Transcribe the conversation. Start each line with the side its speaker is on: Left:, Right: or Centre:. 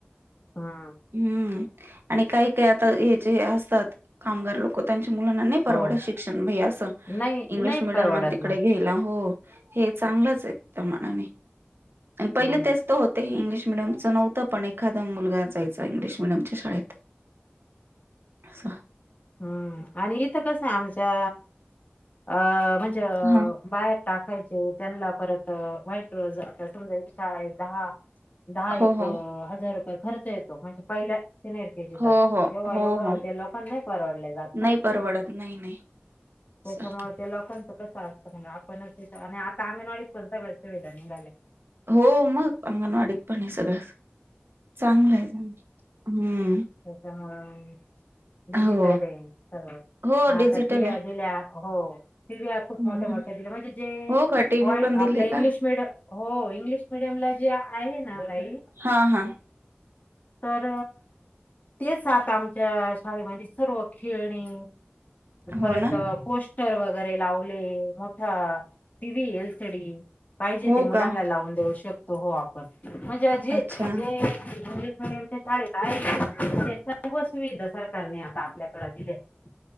Left: हम्म
Right: हम्म आणि काही काय आता हे जे असतात कामगार लोक त्यांच्या मुलांना नाही परवडत
Left: हो
Right: शिकषण असं
Left: नाही
Right: इंग्लिश
Left: नाही
Right: मिडियम
Left: परवडत
Right: आणि तिकडे
Left: ना
Right: घ्यायला हो. हे चांगलंच आहे त्या मानाने पहिले
Left: हम्म
Right: तेच तर होत इंग्लिश मिडीयमचं नव्हं पण एखादा मुलगाच इंग्लिश मिडियमच्या शाळेत अस
Left: हम्म आणि इथं कसं आहे आमच्या अं म्हणजे
Right: हा
Left: बाहेर टाक खायचे त्यांना परत वाईट रोज समजा शाळेत दहा दहा एक
Right: हो हो
Left: हजार रुपये खर्च येतो म्हणजे पहिल्या सिनेर के जी
Right: हो
Left: ला तेव्हा
Right: हो हो
Left: एवढं
Right: हो
Left: त्या लोकांना परवडले जात ना
Right: नाही परवडत नाही नाही असं.
Left: त्याच्यामुळे ते लोक कस असतं आपणच आता अंगणवाडी पण सर्व सुविधा निघाले
Right: हो मग अंगणवाडीत पण सगळं चांगलं आहे. हम्म
Left: त्याच्यामुळेला मग. डिजिटल
Right: हो
Left: आहे सर्व
Right: हो
Left: आता
Right: डिजिटल
Left: शिव्या
Right: आहे
Left: दिल्या हो शिव्या खूप
Right: हम्म
Left: मोठ्या मोठ्या
Right: हम्म
Left: दिल्या म्हणजे जे
Right: हो का टीव्ही पण दिले
Left: आपला इंग्लिश
Right: का
Left: मिडयम हो इंग्लिश मिडियमला जे आहे ना ताई.
Right: हा हा
Left: तर तेच आात आमच्या शाळेमध्ये सर्व खेळणे
Right: हो
Left: परत
Right: ना
Left: पोस्टर वगैरे लावले मोठा T V L C D पाहिजे
Right: हो
Left: ते मुलांना
Right: का
Left: लावून देऊ शकतो हो आपण. म्हणजे जे
Right: अच्छा
Left: जे इंग्लिश मिडीयम च्या शाळेत आहेत ना त्या सगळ्या वस्तू विधा सरकारने आ आपल्याकडे दिले आहे